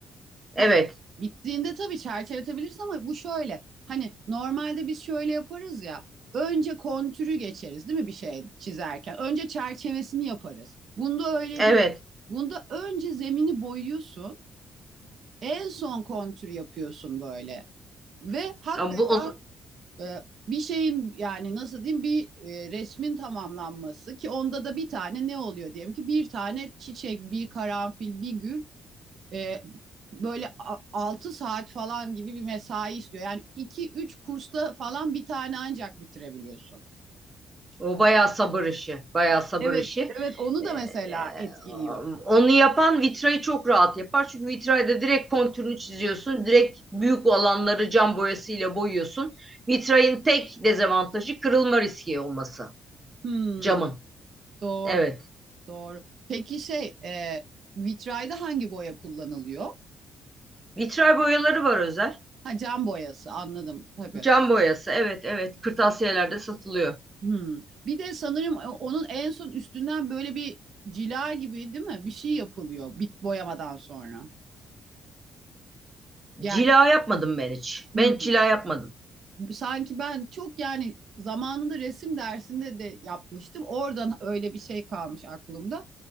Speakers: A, on the right; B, on the right.
A: Evet,
B: Hayır. Bittiğinde tabii çerçeveletebilirsin ama bu şöyle. Hani normalde biz şöyle yaparız ya. Önce kontürü geçeriz değil mi bir şey çizerken? Önce çerçevesini yaparız. Bunda öyle
A: evet.
B: değil. Bunda önce zemini boyuyorsun. En son kontür yapıyorsun böyle. Ve hakikaten
A: Ama bu o,
B: e, bir şeyin yani nasıl diyeyim bir e, resmin tamamlanması ki onda da bir tane ne oluyor diyelim ki bir tane çiçek, bir karanfil, bir gül e, böyle 6 saat falan gibi bir mesai istiyor. Yani iki üç kursta falan bir tane ancak bitirebiliyorsun.
A: o bayağı sabır işi, bayağı sabır
B: Evet,
A: işi.
B: evet onu
A: Ee,
B: da
A: e,
B: mesela etkiliyor.
A: onu yapan vitrayı çok rahat yapar. Çünkü vitrayda direkt kontürünü çiziyorsun. Direkt büyük alanları cam boyasıyla boyuyorsun. Vitrayın tek dezavantajı kırılma riski olması.
B: Hmm,
A: Camın.
B: doğru,
A: Evet.
B: doğru. Peki şey, e, vitrayda hangi boya kullanılıyor?
A: Vitray boyaları var özel.
B: Ha cam boyası anladım tabii.
A: Cam boyası. Evet evet. Kırtasiyelerde satılıyor.
B: Hımm. Bir de sanırım onun en son üstünden böyle bir cila gibi değil mi? Bir şey yapılıyor bit boyamadan sonra. Yani
A: Cila yapmadım ben hiç.
B: hımm.
A: Ben hiç cila yapmadım.
B: Sanki ben çok yani zamanında resim dersinde de yapmıştım. Oradan öyle bir şey kalmış aklımda.